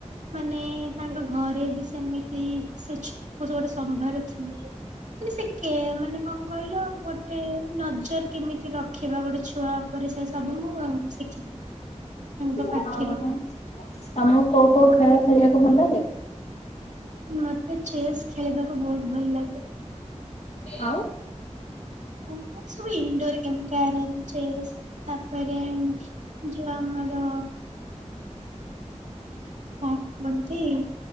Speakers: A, on the right (about 80°); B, on the left (about 60°).
A: ମାନେ ତାଙ୍କ ଘରେ ବି ସେମିତି ସେ ଗୋଟେ ସମ୍ଭାର ଥିଲେ ମାନେ ସେ କେ ମାନେ କଣ କହିଲ ଗୋଟେ ନଜର କେମିତି ରଖିବା ଗୋଟେ ଛୁଆ ରେ ସେ ସବୁ ମୁଁ ଶିଖିଥିଲି। ତାଙ୍କ ପାଖିରୁ
B: ଓ ତମକୁ କୋଉ କୋଉ ଖେଳ ଖେଳିବାକୁ ଭଲ ଲାଗେ?
A: ମତେ ଚେସ୍ ଖେଳିବାକୁ ବହୁତ ଭଲ ଲାଗେ।
B: ଆଉ।
A: ଆଉ ସବୁ ଇନଡୋର ଗେମ୍ କ୍ୟାରମ ଚେସ୍ ତାପରେ ଯୋଉ ଆମର କଣ କୁହନ୍ତି?